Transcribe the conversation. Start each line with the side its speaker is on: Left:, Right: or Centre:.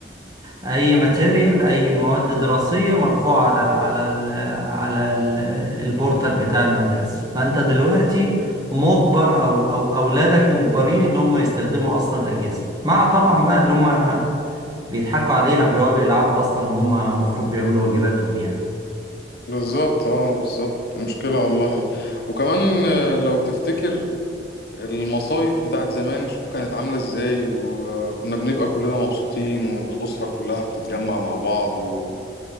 Right: اي ماتيريال اي مواد دراسيه مرفوعه على على ال على ال البورتال بتاع المدرسه فانت دلوقتي مجبر او او اولادك مجبرين ان هم يستخدموا اصلا الاجهزه مع طبعا بقى اللي هم بيضحكوا علينا وبيقعدوا يلعبوا اصلا هم المفروض بيعملوا واجباتهم يعني
Left: بالظبط اه بالظبط مشكلة والله وكمان آه، لو تفتكر المصايف بتاعت زمان شوف كانت عاملة ازاي وكنا بنبقى كلنا مبسوطين والأسرة كلها بتتجمع مع بعض و...